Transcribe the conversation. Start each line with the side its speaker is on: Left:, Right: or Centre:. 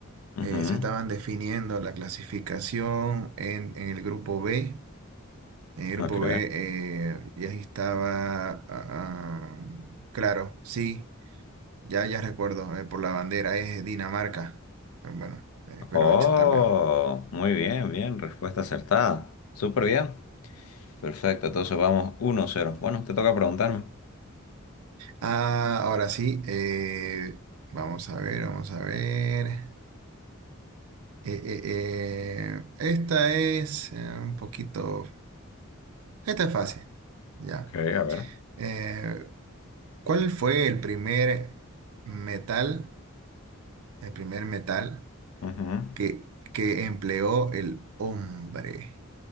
Left: Ujú,
Right: eh, se estaban definiendo la clasificación en, en el grupo B. En el grupo
Left: Ok.
Right: B eh, ya estaba, ah, ah, claro, sí, ya, ya recuerdo, eh, por la bandera es Dinamarca. Eh, Bueno, eh, espero
Left: Oh,
Right: achuntarle. ¿no?
Left: muy bien, bien, respuesta acertada. Súper bien. Perfecto, entonces vamos uno cero. Bueno, te toca preguntarme.
Right: Ah, ahora sí, eh, vamos a ver, vamos a ver. Eh, eh, eh, esta es eh, un poquito. Esta es fácil. Ya.
Left: Ok, a ver.
Right: Eh, ¿cuál fue el primer metal, el primer metal
Left: Ujú.
Right: que, que empleó el hombre?